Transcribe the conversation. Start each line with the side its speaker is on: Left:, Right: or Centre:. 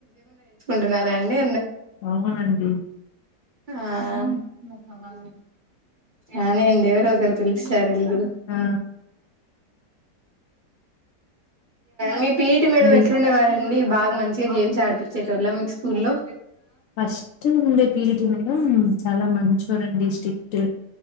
Right: కుంటున్నారా అండి
Left: అవునండి
Right: ఆ కావలి అవునండి ఎవరు ఒకరు పిలిస్తారు వెల్దురు
Left: ఆ
Right: మీ పీటి మేడం
Left: మీ
Right: ఎట్లుండేవారే ఉండి బాగా మంచిగా గేమ్స్ ఆడిపించేటోల్లం మీకు స్కూల్ల్లో
Left: ఫస్ట్ ఉండే పీయిటి మేడం చాలా మంచోరండి స్ట్రిక్ట్